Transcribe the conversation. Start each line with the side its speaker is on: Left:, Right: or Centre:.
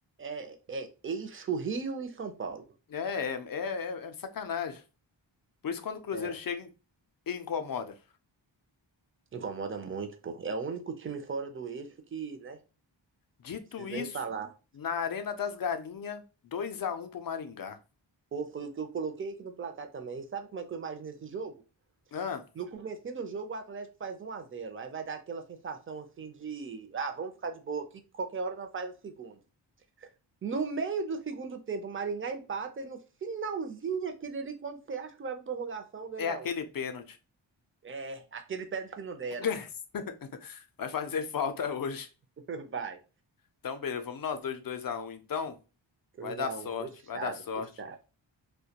Right: É, é eixo Rio e São Paulo.
Left: É, é, é, é é sacanagem. Por isso quando o Cruzeiro
Right: É,
Left: chega e incomoda.
Right: incomoda muito, pô. É o único time fora do eixo que, né?
Left: Dito
Right: Precisa
Left: isso,
Right: nem falar.
Left: na Arena das Galinhas, 2x1 pro Maringá.
Right: Pô, foi o que eu coloquei aqui no placar também. E Sabe como é que eu imagino esse jogo?
Left: Ah,
Right: No comecinho do jogo, o Atlético faz um a zero Aí vai dar aquela sensação assim de, ah, vamos ficar de boa aqui, qualquer hora nós faz o segundo. No meio do segundo tempo, o Maringá empata e no finalzinho aquele ali, quando você acha que vai pra prorrogação, dois
Left: é aquele
Right: a um.
Left: pênalti.
Right: É, aquele pênalti que não deram.
Left: <laughs> Vai fazer falta hoje.
Right: <laughs> Vai.
Left: Então, beleza, vamos nós dois de 2x1, então.
Right: Dois
Left: Vai dar
Right: a
Left: sorte,
Right: um fechado,
Left: vai dar sorte.
Right: fechado.